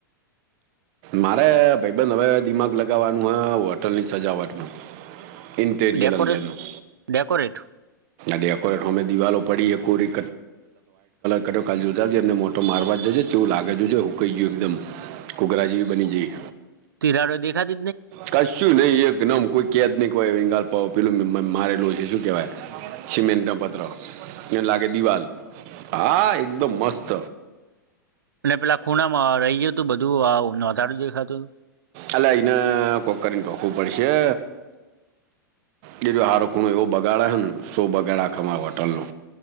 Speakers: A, on the right (about 50°); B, on the right (about 85°).
A: મારે ભાઈ-બેન હવે દિમાગ લગાવવાનું, હ હોટલની સજાવટમાં. ઇન્ટેરિયલ
B: ડેકોરેટ
A: અંદરનું.
B: ડેકોરેટ.
A: ડેકોરેટમે પડી કલરા તો મારવા જજે તેવું લાગે જ છે, હું કઈ ગયું એકદમ કૂઘરા જેવી બની જાય.
B: તરા રો દેા જ
A: કચ શું નહી, એક નમ કોઈ કેદ નહી કોય, એ ગપાવ પેલું મારેલું છે, શું કેહેવાય? સિમેન્ટ ન પત્ર એને લાગે દિવાલ હા એકદમ મસ્ત.
B: અને પેલા ખૂણામાં રહી ગયું તું, બધું નારું દેખાતું.
A: અલે અઈને કોકર ને, ઢોંકવું પડશે. બીજ હારો ખૂણો એવો બગાડ હ ને, શો બગાડ ખ હોટલ નો.